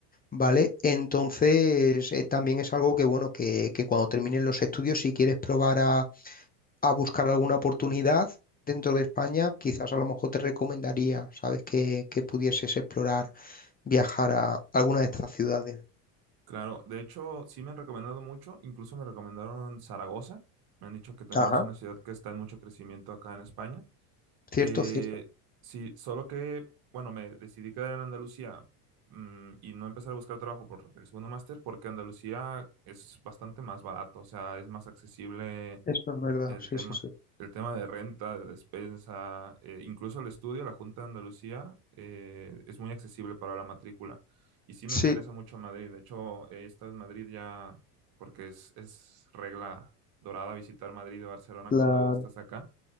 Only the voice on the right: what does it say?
Claro, de hecho, sí me han recomendado mucho, incluso me recomendaron Zaragoza, me han dicho que también
es una ciudad que está en mucho crecimiento acá en España.
Eh,
sí, solo que, bueno, me decidí quedar en Andalucía mm, y no empezar a buscar trabajo por el segundo máster porque Andalucía es bastante más barato, o sea, es más accesible
el
tema,
el tema de renta, de despensa, eh, incluso el estudio, la Junta de Andalucía, eh, es muy accesible para la matrícula. Y sí me
interesa mucho Madrid. De hecho, he estado en Madrid ya porque es, es regla dorada visitar Madrid y Barcelona
cuando estás acá.